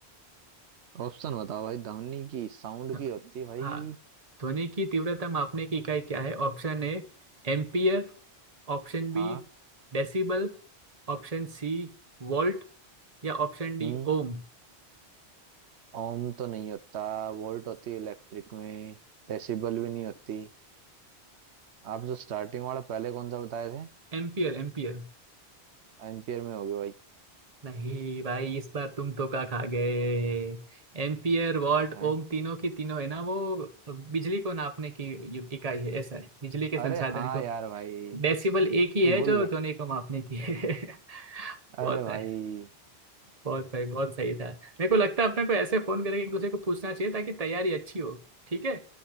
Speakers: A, on the right; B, on the right.
A: ऑप्शन बताओ भाई धमनी की साउंड
B: हाँ
A: की होती है भाई
B: हाँ, ध्वनि की तीव्रता मापने की इकाई क्या है Option A ampere Option B
A: हाँ
B: decibel Option C volt या option D
A: हम्म
B: ohm
A: ओम तो नहीं होता वोल्ट होती है इलेक्ट्रिक में डेसिबल भी नहीं होती आप जो स्टार्टिंग वाला पहले कौन सा बताए थे
B: Ampere ampere
A: एम्पियर में हो गया भाई
B: नहीं भाई इस बार तुम तो का खा गए एम्पियर वॉट
A: हैं
B: ओम तीनों की तीनों है ना वो बिजली को नापने की यू- इकाई है ऐसा है बिजली के
A: अरे
B: संसाधन
A: हाँ
B: को
A: यार भाई ये
B: डेसिबल एक ही है
A: भूल
B: जो
A: गए
B: ध्वनि को मापने की है <laughs>
A: अरे
B: बहुत
A: भाई
B: है बहुत भाई बहुत सही था मेरे को लगता है अपने को ऐसे फोन करके एक दूसरे को पूछना चाहिए ताकि तैयारी अच्छी हो ठीक है